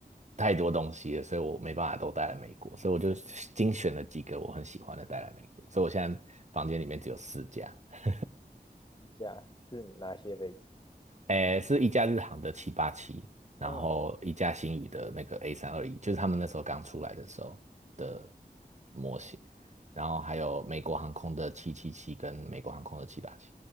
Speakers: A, on the right; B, on the left.
A: 太多东西了，所以我没办法都带来美国，所以我就精选了几个我很喜欢的带来美国，所以我现在房间里面只有四家，<laughs>
B: 一架是哪些飞机？
A: 诶，是一架日航的七八七，然后一架星宇的那个
B: 嗯
A: A 三二一，就是他们那时候刚出来的时候的模型，然后还有美国航空的七七七跟美国航空的七八七，